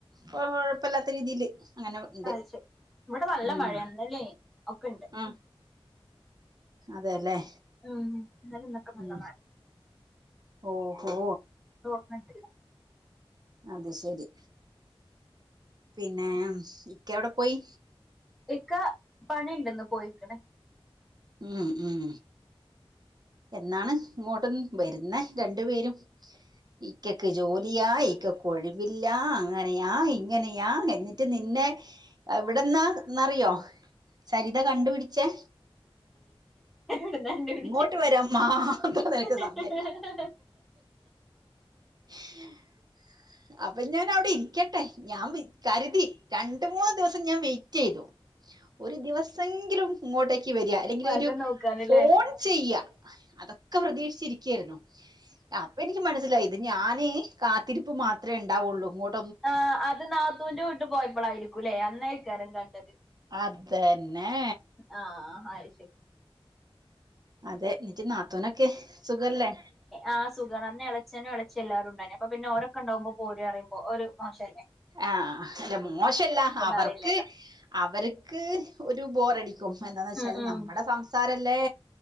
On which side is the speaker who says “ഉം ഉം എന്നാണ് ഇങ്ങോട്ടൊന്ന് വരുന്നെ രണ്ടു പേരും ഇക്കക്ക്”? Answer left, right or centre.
Right